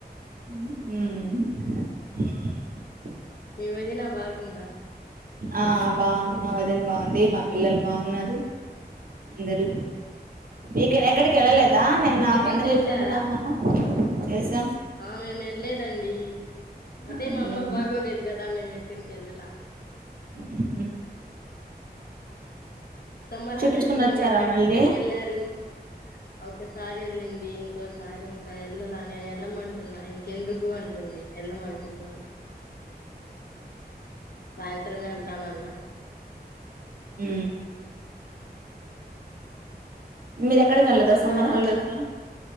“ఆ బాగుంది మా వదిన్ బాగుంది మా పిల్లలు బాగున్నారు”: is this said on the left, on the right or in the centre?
Right